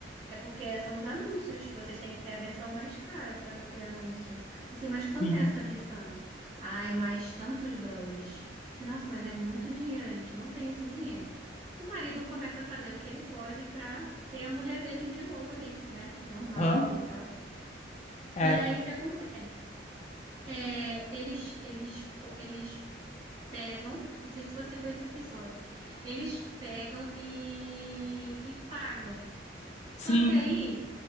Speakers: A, on the right; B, on the left.
A: É porque são os anúncios, vocês têm que ter a versão mais cara para não ter anúncio. Você, mas quanto
B: Sim.
A: é essa versão? Ah, é mais tantos dólares. Você, nossa, mas é muito dinheiro, a gente não tem esse dinheiro. O marido começa a fazer o que ele pode para ter a mulher dele de novo ali, né? Normal
B: Aham.
A: e tal.
B: É,
A: E aí o que acontece? É, eles, eles, eles pegam, não sei se você viu esse episódio, eles pegam e, e pagam. Só
B: sim.
A: que aí,